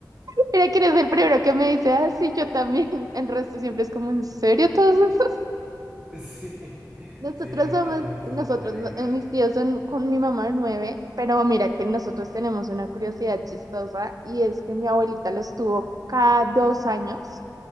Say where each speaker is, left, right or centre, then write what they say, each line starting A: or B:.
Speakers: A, on the right (about 55°); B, on the right (about 15°).
A: <laughs> Mira que eres el primero que me dice, ah, sí, yo también. <laughs> El resto siempre es como, ¿en serio todos esos?
B: <laughs> sí,
A: Nosotros
B: sí, acá
A: somos,
B: somos
A: nosotros,
B: de familia bien
A: no-
B: grande.
A: eh, mis tíos son con mi mamá nueve, pero mira que nosotros tenemos una curiosidad chistosa y es que mi abuelita los tuvo cada dos años,